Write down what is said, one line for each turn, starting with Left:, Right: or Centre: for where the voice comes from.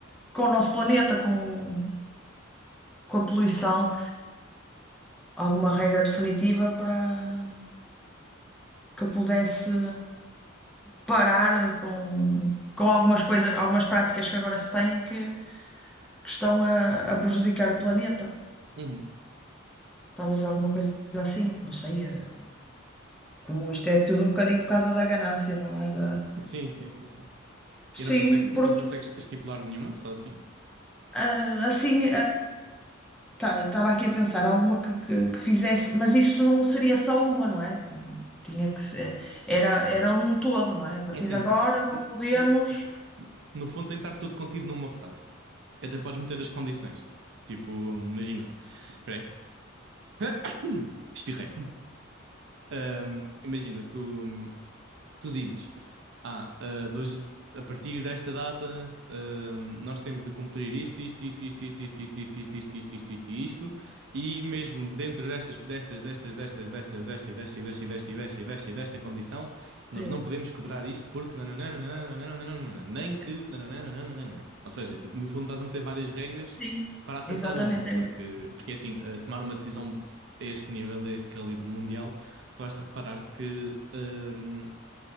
Centre: com o nosso planeta, com, o- com a poluição, alguma regra definitiva para. que pudesse parar com, com algumas coisas, algumas práticas que agora se têm que, que estão a, a prejudicar o planeta.
Right: Uhum.
Centre: Talvez alguma coisa assim, não sei. eh, Como isto é tudo um bocadinho por causa da ganância, não é? Da...
Right: Sim, sim, sim, sim.
Centre: Sim,
Right: E não consegues, não
Centre: por-
Right: consegues estipular nenhuma, só assim.
Centre: ah, assim, estava aqui a pensar alguma que, que, que fizesse, mas isso não seria só uma, não é? Hum, Tinha que ser, era, era um todo, não é? A partir
Right: É assim,
Centre: de agora não
Right: n-
Centre: podemos.
Right: n- no fundo tem de estar tudo contido numa frase. Até podes meter as condições. Tipo, imagina. Espera aí. <laughs> <coughs> Espirrei. Ahm, imagina, tu. tu dizes, ah, ah, de hoje- a partir desta data, ah, nós temos de cumprir isto, isto, isto, isto, isto, isto, isto, isto, isto, isto, isto, isto, isto, e isto, e mesmo dentro destas, destas, destas, destas, destas, desta, e desta, e desta, e desta, e desta, e desta, e desta condição, nós
Centre: Sim,
Right: não podemos cobrar isto porque nananã, nananã, nananã, nananã, nem que nananã, nananã, nananã. Ou seja, tipo, no fundo estás a meter várias regras
Centre: Sim,
Right: para acertar
Centre: exatamente.
Right: uma, porque, porque é assim, ah, tomar uma decisão a este nível, a este calibre mundial tu has de reparar que eh,